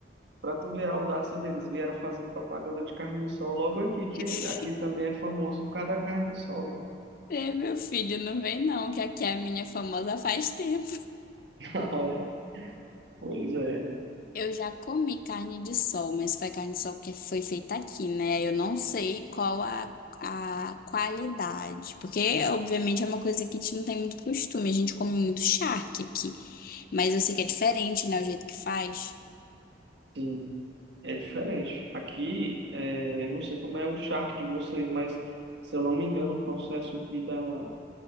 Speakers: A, on the right (about 80°); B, on the left (about 50°).
A: Para tu ver a audácia deles, vieram fazer propaganda de carne de sol logo aqui, que
B: <laughs>
A: aqui também é famoso por causa da carne de sol, né?
B: É, meu filho, não vem não, que aqui é a minha famosa faz tempo.
A: <laughs> Não, é? Pois é,
B: Eu já comi carne de sol, mas foi carne de sol que foi feita aqui, né? Eu não sei qual a, a qualidade, porque obviamente é uma coisa que a gente não tem muito costume, a gente come muito charque aqui, mas eu sei que é diferente, né, o jeito que faz.
A: sim, é diferente. Aqui, é, eu não sei como é o charque de vocês, mas se eu não me engano, o processo aqui da,